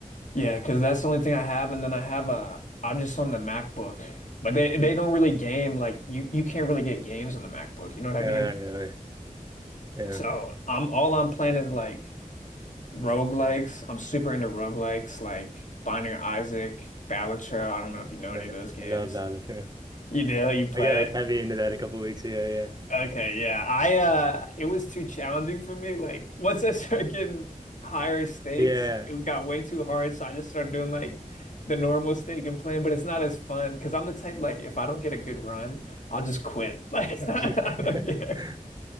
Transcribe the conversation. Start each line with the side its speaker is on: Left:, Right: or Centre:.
Left: Yeah, because that's the only thing I have, and then I have a I'm just on the MacBook, but they
Right: Mm.
Left: they don't really game like you you can't really get games on the MacBook. You know what I
Right: No,
Left: mean?
Right: not really. Yeah.
Left: So I'm all I'm playing is like roguelikes. I'm super into roguelikes like Binding of Isaac, Balatro. I don't know if you know
Right: No.
Left: any of those games.
Right: I love Battlefield.
Left: You do? You play
Right: I got like
Left: it?
Right: heavy into that a couple weeks ago,
Left: Okay, yeah. I uh it was too challenging for me. Like <laughs> once I started getting higher stakes,
Right: yeah.
Left: it got way too hard, so I just started doing like the normal stake and playing, but it's not as fun because I'm the type like if I don't get a good run, I'll just quit. <laughs> Like it's not,
Right: Yeah.
Left: I don't care.
Right: <laughs>